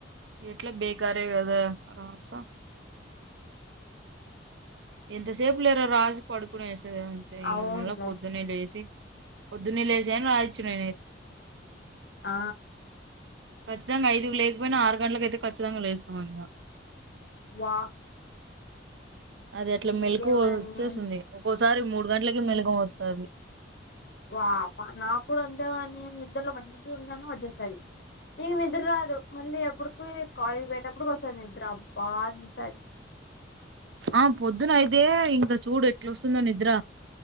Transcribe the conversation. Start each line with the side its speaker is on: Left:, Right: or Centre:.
Right: ఎట్లా బేకారే కదా రాసా ఎంతసేపు లేర రాసి పడుకునేసె అంతే ఇగ
Left: అవునులే
Right: మళ్ళ పొద్దున్నెలేసి పొద్దున్న లేసి అయిన రాయచ్చు నే
Left: ఆ
Right: ఖచ్చితంగా ఐదు లేకపోయినా ఆరు గంటలకైతే ఖచ్చితంగా లేసేమో ఇంగ
Left: వా
Right: అది అట్లా
Left: నీకేమని
Right: మెలుకు వచ్చేసుంది ఒక్కోసారి మూడు గంటలకి మెలుకువత్తది
Left: వానా కూడా అంతే వాని నిద్దరలో మంచిగగుంటానూ న్ వచ్చేస్తది అయి నిద్దర్ రాదు మళ్ళీ ఎప్పటికో కాలేజ్ పోయటప్పుటికి వస్తది నిద్ర బా అనిపిస్తద్
Right: ఆ పొద్దున అయితే ఇంకా చూడు ఎట్లోస్తుందో నిద్ర